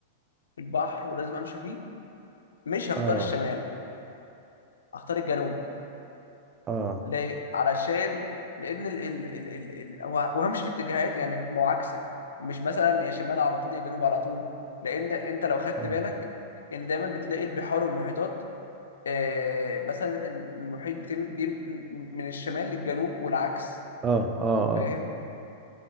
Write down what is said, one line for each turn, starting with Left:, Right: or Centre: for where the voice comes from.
Left: في البحر ولازم امشي فيه مش هختار
Right: اه
Left: الشمال هختار الجنوب
Right: اه
Left: ليه؟ علشان لأن ال ال ال ال ال هو هو مش في اتجاهات يعني معاكسة مش مثلا يا شمال على طول يا جنوب على طول لأن ده أنت لو خدت
Right: اه
Left: بالك إن دايما بتلاقي البحار والمحيطات آه مثلا المحيط بتم بيم من الشمال للجنوب والعكس
Right: اه اه, آه.
Left: فاهم؟